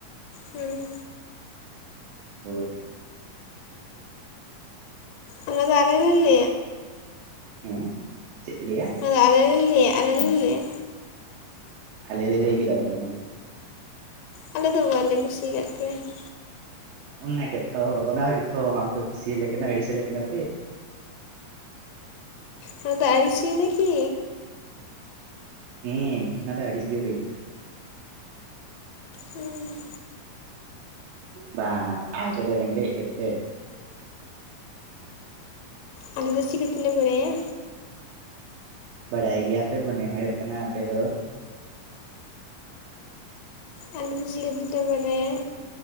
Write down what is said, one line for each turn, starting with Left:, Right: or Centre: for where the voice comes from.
Left: ᱦᱮᱸ ᱾
Right: ᱦᱳᱭ ᱾
Left: ᱚᱱᱟ ᱫᱚ ᱟᱞᱮ ᱞᱮ ᱞᱮᱭᱟ!
Right: ᱦᱮᱸ, ᱪᱮᱫ ᱯᱮ ᱞᱮᱭᱟ?
Left: ᱚᱱᱟ ᱫᱚ ᱟᱞᱮ ᱞᱮ ᱞᱮᱭᱟ ᱟᱞᱮ ᱞᱮ ᱞᱮᱭᱟ?
Right: ᱟᱞᱮ ᱞᱮ ᱞᱮᱭ ᱠᱮᱫᱟ ᱛᱚ ᱾
Left: ᱟᱞᱮ ᱫᱚ ᱵᱟᱞᱮ ᱠᱩᱥᱤᱠᱟᱫ ᱯᱮᱭᱟ ᱾
Right: ᱚᱱᱟ ᱜᱮᱛᱷᱚ ᱚᱱᱟ ᱜᱮᱛᱷᱚ ᱵᱟᱝᱯᱮ ᱠᱩᱥᱤᱭᱟᱞᱮ ᱠᱟᱱᱟ ᱟᱹᱲᱤᱥ ᱟᱞᱮ ᱠᱟᱱᱟ ᱯᱮ ᱾
Left: ᱚᱱᱟ ᱫᱚ ᱟᱹᱲᱤᱥ ᱦᱳᱭ ᱱᱟ ᱠᱤ!
Right: ᱦᱩᱸ, ᱚᱱᱟ ᱫᱚ ᱟᱹᱲᱤᱥ ᱜᱮ ᱦᱩᱭᱱᱟ ᱾
Left: ᱦᱩᱸ
Right: ᱵᱟᱝ ᱟᱞᱮ ᱨᱮᱸᱜᱮᱡ ᱜᱮᱛᱮ!
Left: ᱟᱞᱮ ᱫᱚ ᱪᱤᱠᱟᱹᱛᱮᱞᱮ ᱵᱟᱲᱟᱭᱟ?
Right: ᱵᱟᱲᱟᱭ ᱜᱮᱭᱟ ᱯᱮ ᱢᱚᱱᱮ ᱦᱩᱭᱩᱜ ᱠᱟᱱᱟ ᱟᱯᱮ ᱫᱚ!
Left: ᱟᱞᱮ ᱫᱚ ᱪᱤᱠᱟᱹ ᱛᱮᱞᱮ ᱵᱟᱲᱟᱭᱟ?